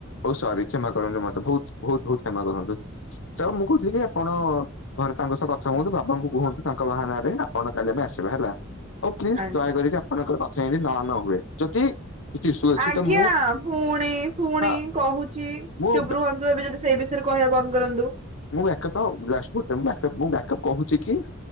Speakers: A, on the left (about 70°); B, on the right (about 35°).
A: ଓଃ ସରି କ୍ଷମା କରନ୍ତୁ ମତେ ବହୁତ୍ ବହୁତ୍ ବହୁତ୍ କ୍ଷମା କରନ୍ତୁ ତ ମୁଁ କହୁଥିଲି କି ଆପଣ ଘରେ ତାଙ୍କ ସହ କଥା ହୁଅନ୍ତୁ ବାବାଙ୍କୁ କୁହନ୍ତୁ ତାଙ୍କ ବାହାନାରେ ଆପଣ କାଲି ଆମେ ଆସିବା ହେଲା ଆଉ କି
B: ଆଜ୍ଞା
A: ଦୟା କରିକି ଆପଣଙ୍କର କଥା <unintelligible> ନା ନ ହୁଏ ଯଦି କିଛି ଇସୁ ଅଛି
B: ଆଜ୍ଞା
A: ତ ମୁଁ
B: ଫୁଣି ଫୁଣି
A: ହଁ
B: କହୁଚି
A: ମୁଁ
B: ଚୁପ୍ ରୁହନ୍ତୁ ଏବେ ଯଦି ସେଇ ବିଷୟରେ କହିବା ବନ୍ଦ୍ କରନ୍ତୁ
A: ମୁଁ ଏକପା <unintelligible> କହୁଚି କି